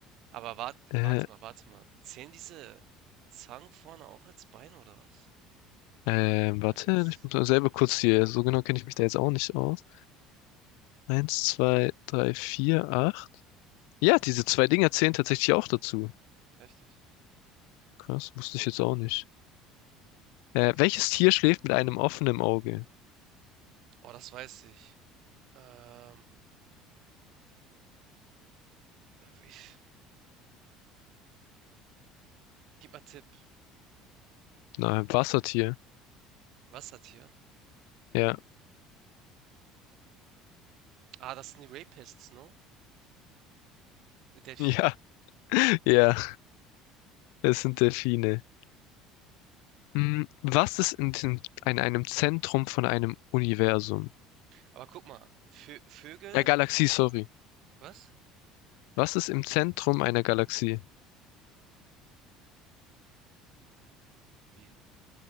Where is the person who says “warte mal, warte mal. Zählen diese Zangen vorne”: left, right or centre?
Right